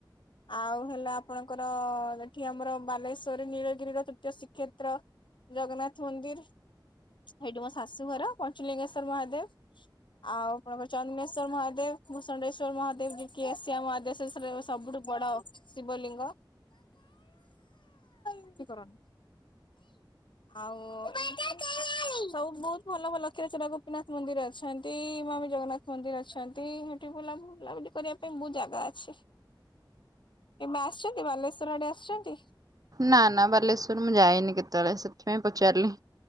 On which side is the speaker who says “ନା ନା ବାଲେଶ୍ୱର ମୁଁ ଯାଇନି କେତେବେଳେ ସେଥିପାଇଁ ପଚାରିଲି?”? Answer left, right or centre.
Right